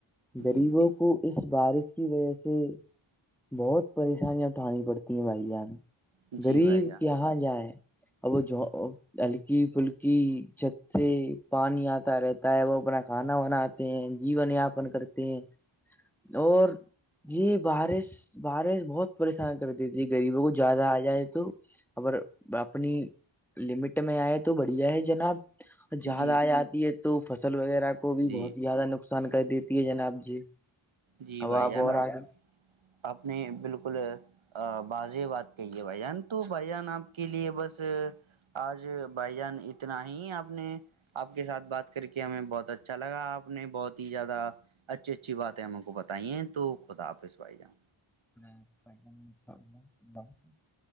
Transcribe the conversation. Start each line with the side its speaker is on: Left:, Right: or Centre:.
Centre: غریبوں
Right: جی جی
Centre: کو اس بارش کی وجہ سے بہت پریشانیاں اٹھانی پڑتی ہیں بھائی جان
Right: جی
Centre: غریب
Right: بھائی جان
Centre: یہاں جائے اب وہ ہلکی پھلکی چھت سے پانی آتا رہتا ہے وہ اپنا کھانا بنا کر ہیں جین یاپن کرتے ہیں اور جی بارش بارش بہت پریشان کرتی تھی غریبوں کو زیادہ آ جائے تو اگر اپنی لمٹ میں آئے تو بڑھیا ہے جناب جد
Right: جی
Centre: آ آتی ہے تو فصل وغیرہ کو بھی
Right: جی
Centre: بہت زیادہ نقصان کر دیتی ہے جناب جی
Right: جی
Centre: اب
Right: بھائی
Centre: آپ
Right: جانا
Centre: اور
Right: آپ
Centre: آگے
Right: آپ نے بالکل ا باز بات کہیے بھ جان تو بھ جان آپ کے لیے بس آج بھائی جان اتنا ہی آپ نے آپ کے ساتھ بات کر کے ہمیں بہت اچھا لگا آپ نے بہت ہی زیادہ اچھی اچھی بات ہے بتائیے تو خدا آافظ آائی جان
Centre: ہاں